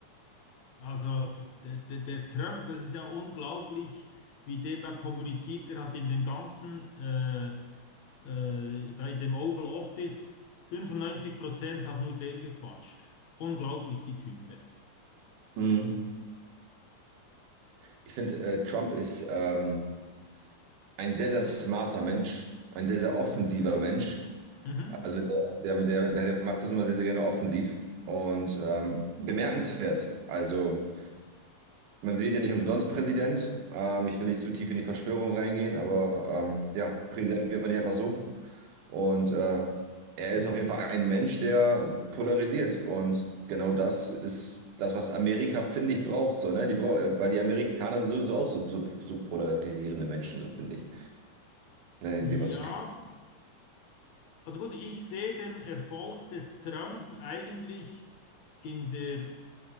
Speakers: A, on the left; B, on the right.
A: Also der, der, der Trump, das ist ja unglaublich, wie der da kommuniziert. Der hat in dem ganzen, äh, äh, da in dem Oval Office, 95 Prozent hat nur der gequatscht. Unglaublich, die Type.
B: Mhm. Ich finde, äh, Trump ist ähm, ein sehr, sehr smarter Mensch, ein sehr, sehr offensiver Mensch.
A: Mhm.
B: Also der, der, der der macht das immer sehr, sehr gerne offensiv und ähm, bemerkenswert. Also man sieht ja nicht umsonst Präsident. Ähm, ich will nicht zu tief in die Verschwörung reingehen, aber ähm, ja, Präsident wird man ja einfach so. Und äh, er ist auf jeden Fall ein Mensch, der polarisiert. Und genau das ist das, was Amerika, finde ich, braucht. So, ne? Die brau äh, weil die Amerikaner sind so, so auch so, so, so polarisierende Menschen, so finde ich, ne? in
A: Ja,
B: dem, was sie tun.
A: also gut, ich sehe den Erfolg des Trump eigentlich in der